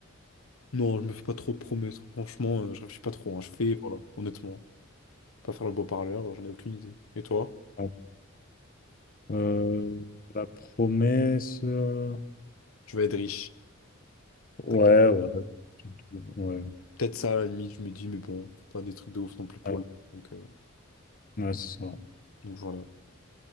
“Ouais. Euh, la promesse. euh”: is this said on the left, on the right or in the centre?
Left